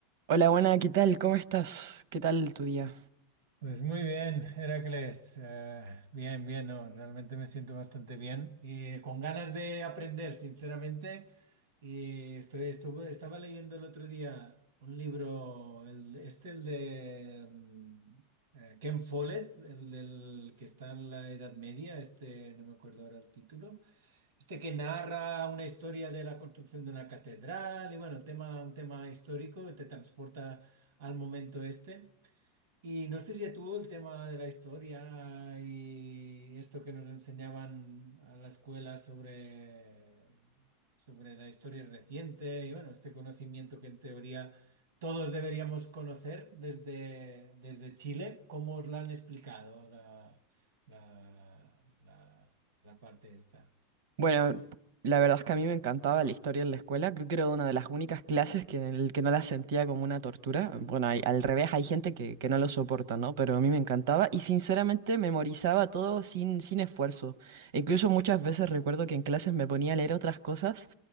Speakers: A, on the right (about 75°); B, on the right (about 85°).
A: Hola, buena, ¿qué tal? ¿Cómo estás? ¿Qué tal tu día?
B: Pues muy bien, Heracles. Eh, bien, bien, no, realmente me siento bastante bien y eh, con ganas de aprender, sinceramente. Y estoy, estuve, estaba leyendo el otro día un libro, el, este, el de mm, eh, Ken Follett, el del que está en la Edad Media, este, no me acuerdo ahora el título. Este que narra una historia de la construcción de una catedral y bueno, el tema, un tema histórico que te transporta al momento este. Y no sé si a tú el tema de la historia y esto que nos enseñaban a la escuela sobre, sobre la historia reciente y bueno, este conocimiento que en teoría todos deberíamos conocer desde, desde Chile, ¿cómo os la han explicado la, la, la, la parte esta?
A: Bueno, la verdad es que a mí me encantaba la historia en la escuela. Creo que era una de las únicas clases que, en el que no la sentía como una tortura. Bueno, hay- al revés, hay gente que, que no lo soporta, ¿no? Pero a mí me encantaba y sinceramente memorizaba todo sin, sin esfuerzo. Incluso muchas veces recuerdo que en clases me ponía a leer otras cosas.